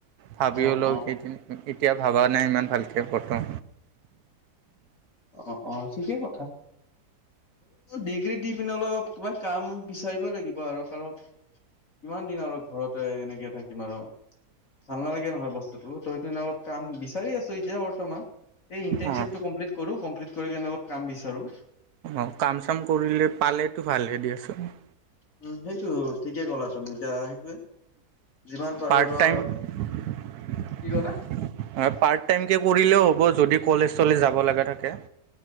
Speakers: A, on the right; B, on the left.
A: ভাবিও
B: অ
A: লও
B: অ
A: এইকেইদিন এতিয়া ভবা নাই ইমান ভালকে কতো
B: অ অ ঠিকেই কথা ডিগ্ৰী দি পিনে অলপ কিবা কাম বিচাৰিব লাগিব আৰু কাৰণ কিমান দিন আৰু ঘৰতে এনেকে থাকিম আৰু ভাল নালাগে নহয় বস্তুটো ত ইটো কাৰনে অলপ কাম বিচাৰি আছো এতিয়া বত তমা এ ইন্টানশ্বিপ
A: অঁ
B: কমপ্লিট কৰো কমপ্লিট কৰি কেনে অলপ কাম বিচাৰোঁ
A: অ কাম চাম কৰিলে পালেটো ভালে দিয়াচোন
B: উম সেইটো ঠিকেই ক'লা তুমি এতিয়া সেইটোয়ে যিমান পাৰো
A: পাৰ্ট
B: আৰু
A: টাইম হয়
B: কি ক'লা
A: পাৰ্ট টাইমকৈ কৰিলেও হ'ব যদি কলেজ চলেজ যাব লগা থাকে।